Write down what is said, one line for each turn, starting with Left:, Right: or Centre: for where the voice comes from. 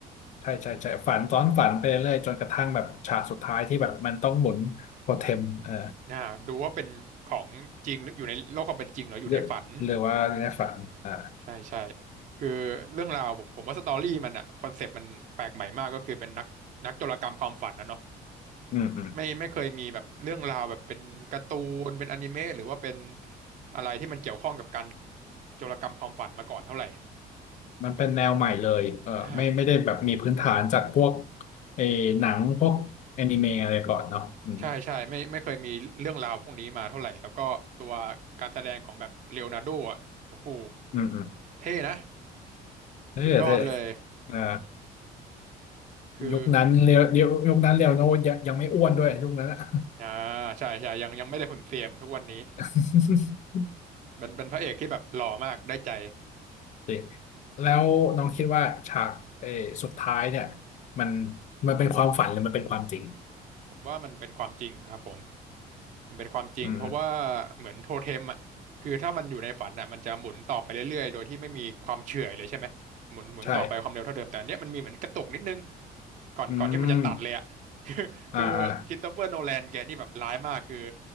Left: ใช่ใช่ใช่ฝันซ้อนฝันไปเรื่อยจนกระทั่งแบบฉากสุดท้ายที่แบบมันต้องหมุนโทเทมเออ
Right: อ่าดูว่าเป็นของจริงหรืออยู่ในโลกความเป็นจริงหรืออยู่ในฝัน
Left: เยอะหรือว่าในฝันอ่า
Right: ใช่ใช่คือเรื่องราวผมผมว่าสตอรี่มันอ่ะคอนเซปต์มันแปลกใหม่มากก็คือเป็นนักนักโจรกรรมความฝันนะเนาะ
Left: อืมอืม
Right: ไม่ไม่เคยมีแบบเรื่องราวแบบเป็นการ์ตูนเป็นอนิเมะหรือว่าเป็นอะไรที่มันเกี่ยวข้องกับการโจรกรรมความฝันมาก่อนเท่าไหร่
Left: มันเป็นแนวใหม่เลยเออไม่ไม่ได้แบบมีพื้นฐานจากพวก
Right: อืมอ่า
Left: ไอ้หนังพวกแอนิเมะอะไรก่อนเนาะอืม
Right: ใช่ใช่ไม่ไม่เคยมีเรื่องราวพวกนี้มาเท่าไหร่แล้วก็ตัวการแสดงของแบบเลโอนาร์โดอ่ะโอ้โห
Left: อืมอืม
Right: เท่นะ
Left: เออเธอ
Right: สุดยอดเลย
Left: อ่า
Right: คือ
Left: ยุคนั้นเรียวเรียวยุคนั้นเรียวโนยังยังไม่อ้วนด้วยยุคนั้นอะ
Right: อ่าใช่ใช่ยังยังไม่ได้หุ่นเสียเหมือนทุกวันนี้
Left: <laughs>
Right: เป็นเป็นพระเอกที่แบบหล่อมากได้ใจ
Left: จริงแล้วน้องคิดว่าฉากเออสุดท้ายเนี่ยมันมันเป็นความฝันหรือมันเป็นความจริง
Right: ผมว่ามันเป็นความจริงครับผม มันเป็นความจริงเพราะว่า
Left: อืม
Right: เหมือนโทเทมอ่ะคือถ้ามันอยู่ในฝันอ่ะมันจะหมุนต่อไปเรื่อยๆโดยที่ไม่มีความเฉื่อยเลยใช่ไหมหมุนหมุนต่อไปความเร็วเท่าเดิมแต่อันเนี้ยมันมีเหมือนกระตุกนิดนึง
Left: ใช่
Right: ก่อนก่อนที่มันจะตัดเลยอ่ะ
Left: อืม
Right: <laughs> คือคือคริสโตเฟอร์โนแลนแกนี่แบบร้ายมากคือ
Left: อ่าอ่า